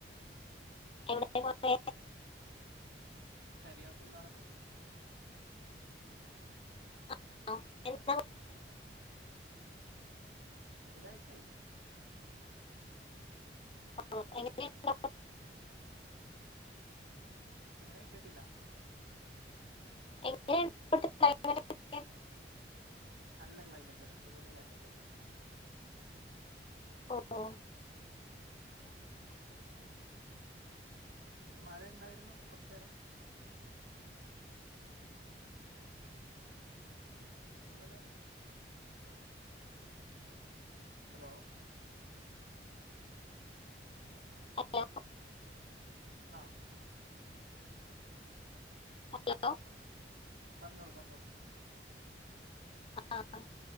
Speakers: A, on the left (about 30°); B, on the right (about 60°).
A: എവിടെ പോ
B: കരിയാത്തുമ്പാറ പോയിരുന്നു
A: ആ എന്ത
B: ഒരാഴ്ചയായി
A: ആ എങ്ങന
B: എങ്ങനെ കേട്ടില്ല
A: എങ്ങനെയ
B: അണല്ല ക്ലൈമറ്റ് ഡിപല്ല ക്ലൈമറ്റ്
A: ഓ ഓ
B: മഴയ ഉണ്ടായിരുന്നു കുറച്ചു നേരം നിങ്ങള് ഹലോ
A: ഹലോ
B: ആഹ
A: ഹലോ
B: പറഞ്ഞോളൂ പറഞ്ഞോളൂ
A: ആഹ